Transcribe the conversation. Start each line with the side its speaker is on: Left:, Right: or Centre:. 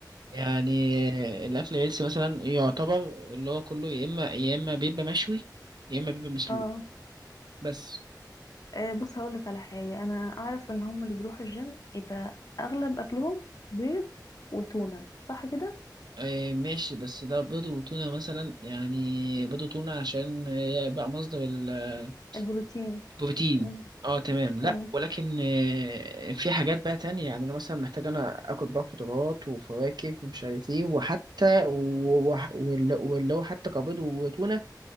Right: يعني آه، الاكل الهيلسي مثلا يعتبر اللي هو كله يا اما يا اما بيبقى مشوي يا اما بيبقى مسلوق
Left: اه
Right: بس
Left: آه، بص هقول لك على حاجه انا اعرف ان هم اللي بيروحوا الجيم يبقى اغلب اكلهم بيض وتونه صح كده
Right: آه، ماشي بس ده بيض وتونة مثلا يعني بيض وتونة عشان آه، بقى مصدر ال- آه،
Left: البروتين
Right: البروتين
Left: امم
Right: اه تمام لا
Left: امم
Right: ولكن آه، في حاجات بقى تانية يعني انا مثلا محتاج انا اكل بقى خضروات وفواكه ومش عارف ايه وحتى و- وح- واللي واللي هو حتى كبيض وتونة